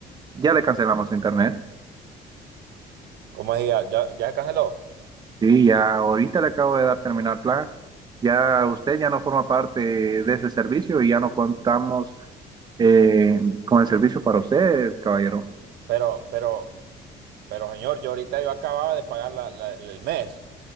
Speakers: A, on the right; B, on the right.
A: ya le cancelamos su internet.
B: Como decía, ya, ya canceló.
A: Sí, ya ahorita le acabo de dar terminar plan. Ya usted ya no forma parte de ese servicio y ya no contamos eh, con el servicio para usted, caballero.
B: Pero, pero, pero señor, yo ahorita yo acababa de pagar la- la- el mes.